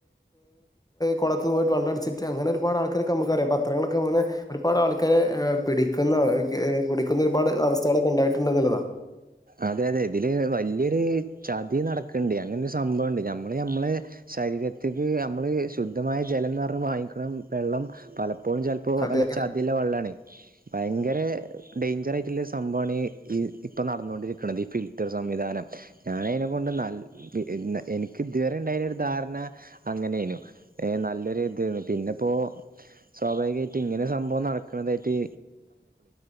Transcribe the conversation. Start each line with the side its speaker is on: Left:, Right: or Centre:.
Left: കുളത്തിൽ പോയിട്ട് വെള്ളം അടിച്ചിട്ട് അങ്ങനെ ഒരുപാട് ആൾക്കാരൊക്കെ നമുക്കറിയാം. പത്രങ്ങളൊക്കെ ഇങ്ങനെ ആപാട് ഒരുപാട് ആൾക്കാരെ പിടിക്കുന്ന ക പിടിക്കുന്ന ഒരുപാട് അവസ്ഥകളൊക്കെ ഉണ്ടായിട്ടുണ്ട് എന്നുള്ളതാ
Right: അതെ അതെ ഇതില് വല്ല്യയൊരു ചതി നടക്ക്ണ്ട്, അങ്ങനെരു സംഭവണ്ട് നമ്മള് നമ്മളെ ശരീരത്തിേക്ക് നമ്മള് ശുദ്ധമായ ജലംന്നറഞ്ഞ് വാങ്ങിക്കണ വെള്ളം പല അപ്പോഴും ചെലപ്പോ
Left: അതെ
Right: വല്ല ചതില്ല വെള്ളാണ്. ഭയങ്കര ഡേയ്ഞ്ചറായിട്ടുള്ളരു സംഭവാണ് ഈ ഇ ഇപ്പം നടന്നുകൊണ്ടിരിക്കു <unintelligible> ഈ ഫിൽറ്റർ സംവിധാനം ഞാനയ്നെ കൊണ്ട് നല്ല എ എനിക്ക് ഇതുവരെ ഉണ്ടായിർന്ന ഒരു ധാരണ അങ്ങനെയ്നു ഏ നല്ലൊരു ഇത് പിന്നെ ഇപ്പോ സ്വാഭാവികായിട്ട് ഇങ്ങനെ സംഭവം നടക്ക്ണതായിട്ട്